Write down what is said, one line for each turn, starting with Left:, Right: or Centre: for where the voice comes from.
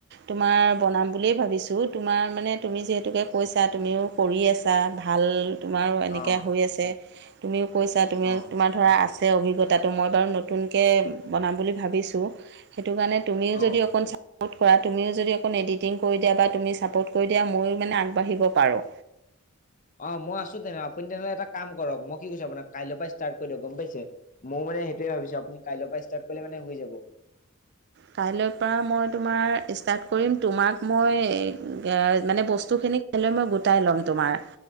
Right: তোমাৰ বনাম বুলিয়েই ভাবিছোঁ। বো তোমাৰ মানে তুমি যিহেতুকে কৈছা, তুমিও কৰি আছা ভাল তোমাৰো এনেকে
Left: অ
Right: হৈ আছে তুমিও কৈছা, তুমি
Left: অ
Right: তোমাৰ ধৰা আছ ছে অভিজ্ঞতাটো মই বাৰু নতুনকে বনাম বুলি ভাবিছোঁ। টো কাৰণে তুমিও
Left: অ
Right: যদি অকণ চা পট কৰা, তুমিও যদি অকণ এডিটিং কৰি দিয়া বা তুমি চাপ'ট কৰি দিয়া, ময়ো মানে আগবাঢ়িব পাৰোঁ।
Left: <inaudible> অ', মই আছোঁ তেনে আপুনি তেনেহ'লে এটা কাম কৰক, মই কি কৈছোঁ আপোনাক কাইলৈৰ পৰাই ষ্টাৰ্ট কৰি দিয়ক গম পাইছে। ময়ো মানে সেইটোৱে ভাবিছোঁ আপুনি কাইলৈ পৰা ষ্টাৰ্ট কৰিলে মানে হৈ যাব।
Right: কাইলৈ পৰা মই তোমাৰ ষ্টাৰ্ট কৰিম তোমাক মই এ-এয়া মানে বস্তুখিন নি কাইলৈ মই গোটাই লম তোমাৰ।